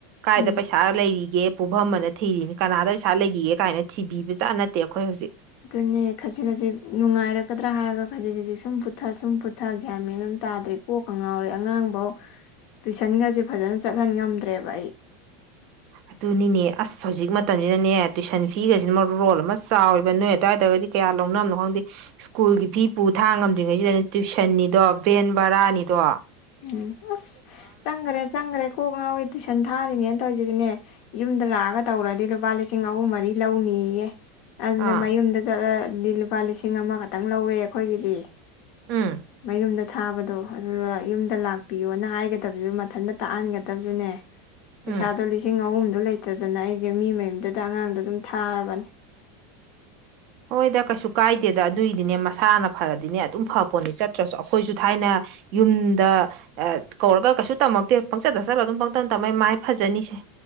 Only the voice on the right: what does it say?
ꯀꯥꯏꯗ
ꯄꯩꯁꯥ__ ꯄꯩꯁꯥ ꯂꯩꯔꯤꯒꯦ ꯄꯨꯕꯝꯑꯅ ꯊꯤꯔꯤꯅꯤ ꯀꯅꯥꯗ ꯄꯩꯥ ꯂꯩꯒꯤꯒꯦ ꯀꯥꯏꯅ ꯊꯤꯕꯤꯕ ꯖꯥꯠ ꯅꯠꯇꯦ ꯑꯩꯈꯣꯏ ꯍꯧꯖꯤꯛ
ꯑꯗꯨꯅꯤꯅꯦ ꯑꯁ ꯍꯧꯖꯤꯛ ꯃꯇꯝꯁꯤꯅꯅꯦ ꯇꯨꯏꯁꯟ ꯐꯤꯒꯁꯤꯅ ꯃꯔꯣꯜ ꯑꯃ ꯆꯥꯎꯋꯤꯕ ꯅꯣꯏ ꯑꯗꯨꯋꯥꯏꯗꯒꯗꯤ ꯀꯌꯥ ꯂꯧꯅꯕꯅꯣ ꯈꯪꯗꯦ ꯁ꯭ꯀꯨꯜꯒꯤ ꯐꯤ ꯄꯨ ꯊꯥꯡ ꯉꯝꯗ꯭ꯔꯤꯉꯩꯁꯤꯗꯅꯦ ꯇꯨꯏꯁꯟꯅꯤꯗꯣ ꯚꯦꯟ ꯕꯔꯥꯅꯤꯗꯣ
ꯑꯥ
ꯎꯝ
ꯎꯝ
ꯍꯣꯏꯗ ꯀꯩꯁꯨ ꯀꯥꯏꯗꯦꯗ ꯑꯗꯨꯏꯗꯤꯅꯦ ꯃꯁꯥꯅ ꯐꯔꯗꯤꯅꯦ ꯑꯗꯨꯝ ꯐꯄꯣꯠꯅꯦ ꯆꯠꯇ꯭ꯔꯁꯨ ꯑꯩꯈꯣꯏꯁꯨ ꯊꯥꯏꯅ ꯌꯨꯝꯗ <unintelligible> ꯀꯧꯔꯒ ꯀꯩꯁꯨ ꯇꯝꯃꯛꯇꯦ ꯄꯪꯆꯠꯇ ꯆꯠꯂ ꯑꯗꯨꯝ ꯄꯪꯇꯝ ꯇꯝꯃꯛꯑꯦ ꯃꯥꯏ ꯐꯖꯅꯤꯁꯦ